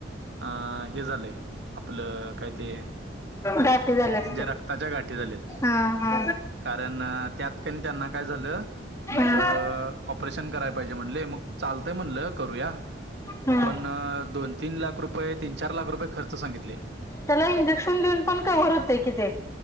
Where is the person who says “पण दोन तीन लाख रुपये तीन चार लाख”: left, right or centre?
Right